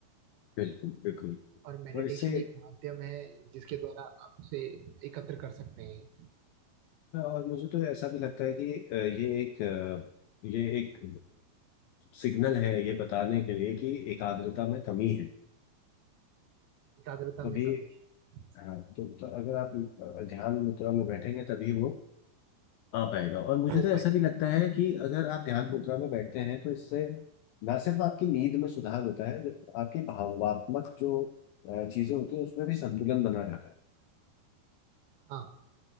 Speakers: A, on the left; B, on the right.
A: बिल्कुल बिल्कुल
B: और मेडिटेशन
A: और इससे
B: एक माध्यम है जिसके द्वारा आपसे एकत्र कर सकते हैं
A: अ, और मुझे तो ऐसा भी लगता है कि अ, ये एक अ, ये एक सिग्नल है ये बताने के लिए कि एकाग्रता में कमी है
B: एकाग्रता
A: तभी
B: में कमी है
A: हाँ तो, तो अगर आप अ, ध्यान मुद्रा में बैठेंगे तभी वो आ पाएगा और मुझे
B: हो
A: तो
B: पाए
A: ऐसा भी लगता है कि अगर आप ध्यान मुद्रा में बैठते हैं तो इससे ना सिर्फ आपकी नींद में सुधार होता है आपकी भावात्मक जो अ, चीजें होती है उसमें भी संतुलन बना रहता है
B: हाँ